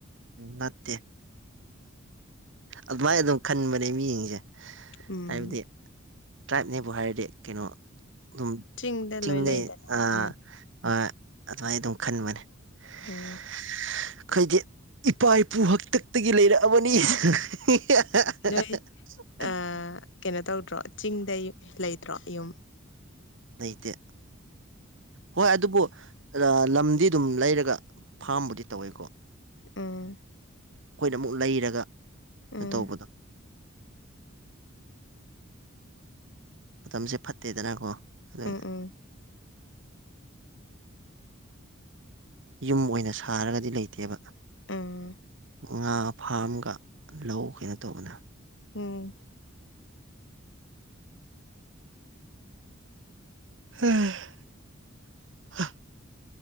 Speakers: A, on the right (about 65°); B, on the left (about 60°).
A: ꯎ ꯅꯠꯇꯦ ꯑꯗꯨꯃꯥꯏꯅ ꯑꯗꯨꯝ ꯈꯟꯕꯅꯦ ꯃꯤꯠꯌꯦꯡꯁꯦ
B: ꯎꯝ
A: ꯍꯥꯏꯕꯗꯤ ꯇ꯭ꯔꯥꯏꯞꯅꯦꯕꯨ ꯍꯥꯏꯔꯗꯤ ꯀꯩꯅꯣ ꯎꯝ
B: ꯆꯤꯡꯗ
A: ꯆꯤꯡꯅꯩ
B: ꯂꯣꯏ ꯂꯩꯗꯅ
A: ꯑ
B: ꯑꯌꯥꯝꯕꯅ
A: ꯑ ꯑꯗꯨꯃꯥꯏꯅ ꯑꯗꯨꯝ ꯈꯟꯕꯅꯦ꯫
B: ꯎꯝ꯫
A: ꯑꯩꯈꯣꯏꯗꯤ ꯏꯄꯥ ꯏꯄꯨ ꯍꯥꯛꯇꯛꯇꯒꯤ ꯂꯩꯔꯛꯑꯕꯅꯤ <unintelligible>
B: ꯅꯣꯏ ꯑ
A: <unintelligible>
B: ꯀꯩꯅꯣ ꯇꯧꯗ꯭ꯔꯣ ꯆꯤꯡꯗꯩ ꯂꯩꯇ꯭ꯔꯣ ꯌꯨꯝ
A: ꯂꯩꯇꯦ ꯍꯣꯏ ꯑꯗꯨꯕꯨ ꯂꯝꯗꯤ ꯑꯗꯨꯝ ꯂꯩꯔꯒ ꯐꯥꯝꯕꯨꯗꯤ ꯇꯧꯋꯦꯀꯣ꯫
B: ꯎꯝ꯫
A: ꯑꯩꯈꯣꯏꯅ ꯑꯃꯨꯛ ꯂꯩꯔꯒ ꯀꯩꯅꯣ
B: ꯎꯝ
A: ꯇꯧꯕꯗꯣ ꯃꯇꯝꯁꯦ ꯐꯠꯇꯦꯗꯅꯀꯣ ꯑꯗꯨ
B: ꯎꯝ ꯎꯝ꯫
A: ꯌꯨꯝ ꯑꯣꯏꯅ ꯁꯥꯔꯒꯗꯤ ꯂꯩꯇꯦꯕ꯫
B: ꯎꯝ꯫
A: ꯉꯥ ꯐꯥꯝꯒ ꯂꯧ ꯀꯩꯅꯣ ꯇꯧꯕꯅꯦ꯫
B: ꯎꯝ꯫
A: ꯍꯝ